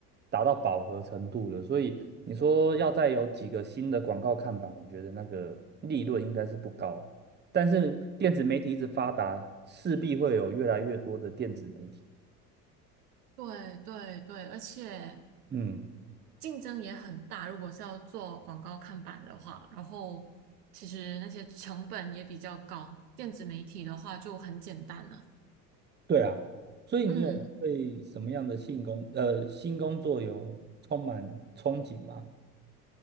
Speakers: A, on the right (about 20°); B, on the right (about 70°).
A: 达到饱和程度了，所以你说要再有几个新的广告看板，我觉得那个利润应该是不高啊。但是电子媒体一直发达，势必会有越来越多的电子媒体。
B: 对对对，而且
A: 嗯，
B: 竞争也很大，如果是要做广告看板的话，然后其实那些成本也比较高，电子媒体的话就很简单了。
A: 对啊，所以你有对什么样的性工呃新工作有充满憧憬吗？
B: 嗯，